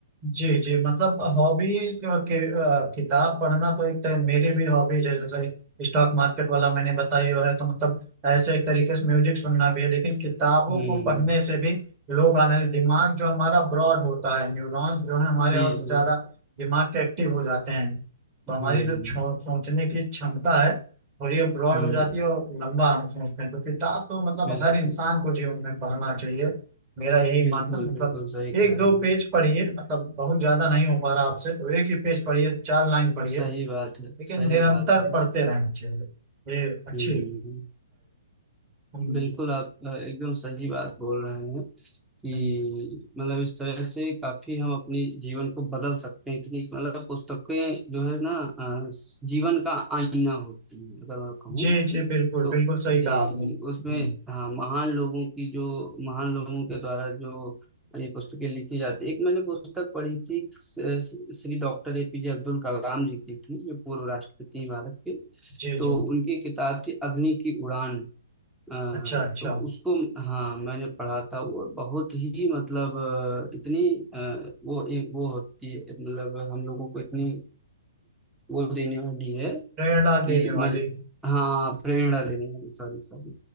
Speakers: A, on the right; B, in the centre.
A: जी जी मतलब हॉबी के अ, किताब पढ़ना तो एक तरह मेरी भी हॉबीज है जैसे स्टॉक मार्केट वाला मैंने बताई हुआ है तो मतलब ऐसे एक तरीके से म्यूजिक सुनना भी है लेकिन किताबों
B: हम्म
A: को पढ़ने से भी लोग आनंद दिमाग जो हमारा ब्रॉड होता है न्यूरॉन्स जो है हमारे
B: जी
A: और
B: जी
A: ज्यादा दिमाग के एक्टिव हो जाते हैं तो हमारी
B: हम्म
A: जो छो- सोचने की क्षमता है थोड़ी ब्रॉड
B: हम्म
A: हो जाती है और लंबा हम सोचते हैं तो किताब तो मतलब
B: बिल्कुल
A: हर इंसान को जीवन में पढ़ना चाहिए मेरा यही
B: बिल्कुल
A: मानना मतलब
B: बिल्कुल सही कह
A: एक
B: रहे
A: दो पेज
B: हैं
A: पढ़िए मतलब बहुत ज्यादा नहीं हो पा रहा आपसे तो एक ही पेज पढ़िए चार लाइन पढ़िए
B: सही बात है
A: लेकिन
B: सही
A: निरंतर
B: बात है
A: पढ़ते रहना चाहिए ये अच्छी
B: हम्म
A: है हम्म,
B: बिल्कुल आप अ, एकदम सही बात बोल रहे हैं कि
A: हम्म,
B: मतलब इस तरह से काफी हम अपने जीवन को बदल सकते हैं इतनी मतलब पुस्तकें जो है ना अ, जीवन का आईना होती है अगर मैं कहूँ
A: जी जी बिल्कुल
B: तो
A: बिल्कुल सही
B: जी
A: कहा आपने
B: जी
A: हम्म,
B: उसमें हाँ महान लोगों की जो महान लोगों के द्वारा जो ये पुस्तकें लिखी जाती एक मैंने पुस्तक पढ़ी थी स- श्री डॉक्टर एपीजे अब्दुल कलाम जी की थी जो पूर्व राष्ट्रपति हैं भारत के
A: जी
B: तो
A: जी
B: उनकी किताब थी अग्नि की उड़ान अ,
A: अच्छा अच्छा
B: तो उसको हाँ मैंने पढ़ा था वो बहुत ही मतलब अ, इतनी अ, वो वो होती है मतलब हम लोगों को इतनी वो देने वाली है
A: प्रेरणा
B: कि
A: देने वाली
B: मज हाँ प्रेरणा देने वाली सॉरी सॉरी